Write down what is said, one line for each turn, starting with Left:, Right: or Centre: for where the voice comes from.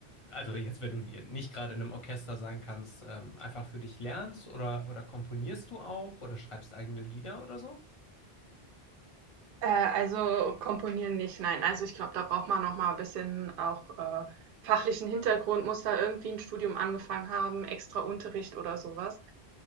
Left: also jetzt, wenn du nicht gerade in einem Orchester sein kannst, ähm, einfach für dich lernst oder, oder komponierst du auch oder schreibst eigene Lieder oder so?
Right: äh, also komponieren nicht, nein. Also ich glaube, da braucht man noch mal ein bisschen auch äh, fachlichen Hintergrund, muss da irgendwie ein Studium angefangen haben, extra Unterricht oder sowas.